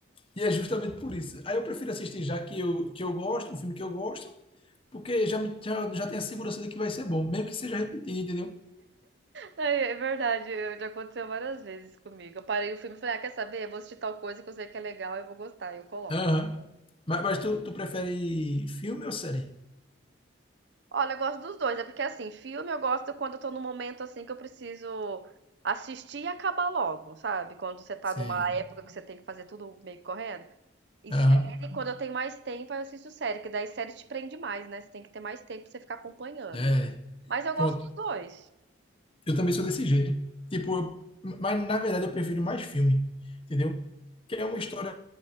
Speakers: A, on the left (about 25°); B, on the right (about 60°).
A: E é justamente por isso. Aí eu prefiro assistir já que eu, que eu gosto, um filme que eu gosto, porque já, me- já, já tenho a segurança de que vai ser bom, mesmo que seja repetido, entendeu?
B: É, é verdade, eu- já aconteceu várias vezes comigo. Eu parei o filme e falei, ah, quer saber? Eu vou assistir tal coisa que eu sei que é legal e eu vou gostar, e eu coloco.
A: Aham. Mas, mas tu, tu prefere filme ou série?
B: Olha, eu gosto dos dois, é porque assim, filme eu gosto quando eu tô num momento assim que eu preciso assistir e acabar logo, sabe? Quando você tá
A: Sim.
B: numa época que você tem que fazer tudo meio que correndo. E
A: Aham.
B: série, quando eu tenho mais tempo, aí eu assisto série, que daí série te prende mais, né? Você tem que ter mais tempo pra você ficar acompanhando.
A: É.
B: Mas eu
A: Pronto.
B: gosto dos dois.
A: Eu também sou desse jeito. Tipo, eu- mas na verdade eu prefiro mais filme, entendeu? Que é uma história.